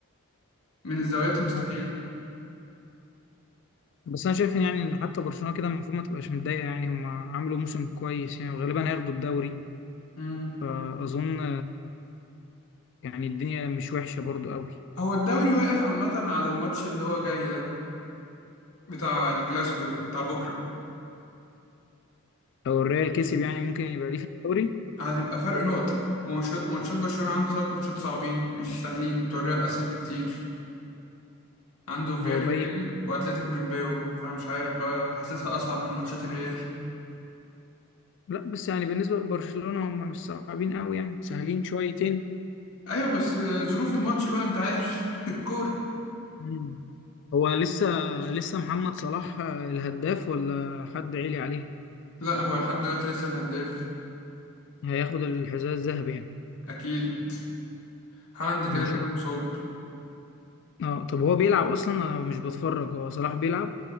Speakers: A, on the left; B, on the left.
A: من الزاويات المستحيلة
B: مم. بس انا شايف إن يعني ان حتى برشلونة كده المفروض ما تبقاش متضايقة يعني هم عملوا موسم كويس يعني وغالبا هياخدوا الدوري
A: مم.
B: فاظن يعني الدنيا مش وحشة برضو قوي
A: هو الدوري واقف عامة على الماتش اللي هو جاي ده بتاع الكلاسيكو بتاع بكرة
B: لو الريال كسب يعني ممكن يبقى ليه في الدوري
A: هتبقى فرق نقطة ومش- وماتشات برشلونة عنده تلات ماتشات صعبين مش سهلين بتوع الريال أسهل بكتير عنده فياريال
B: هو بايت
A: وأتلتيك بالباو فمش عارف بقى حاسسها أصعب من ماتشات الريال
B: لا بس يعني بالنسبة لبرشلونة هم مش صعبين قوي يعني سهلين شويتين
A: أيوة بس آه، ظروف الماتش بقى أنت عارف <laughs> الكورة
B: مم. هو لسه لسه محمد صلاح آه، الهداف ولا حد عالي عليه
A: لا هو لحد دلوقتي لسه الهداف
B: هياخد الحذاء الذهبي يعني
A: اكيد هالاند كده
B: ما
A: كده
B: شاء الله
A: مصاب
B: اه طب هو بيلعب اصلا انا مش بتفرج هو صلاح بيلعب